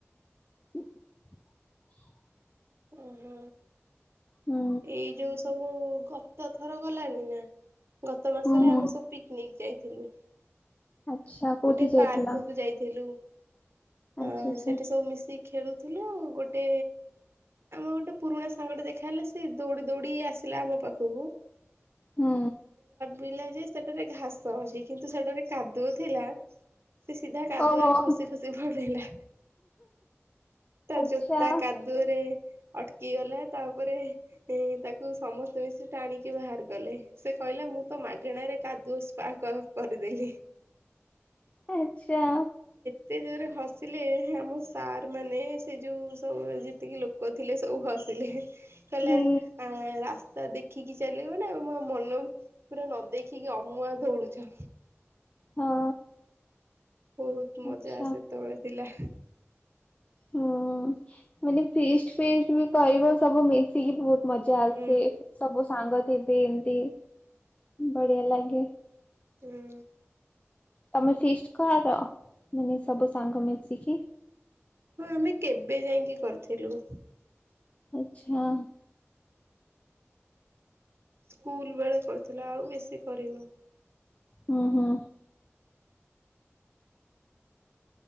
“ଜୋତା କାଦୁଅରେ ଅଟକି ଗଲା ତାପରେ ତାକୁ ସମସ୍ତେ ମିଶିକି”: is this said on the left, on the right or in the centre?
Right